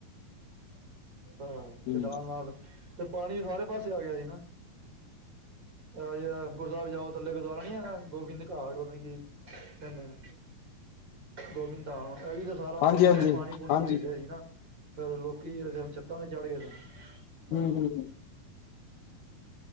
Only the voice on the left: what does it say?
ਹੂੰ
ਹਾਂਜੀ
ਹਾਂਜੀ
ਹਾਂਜੀ
ਹਮ ਹਮ।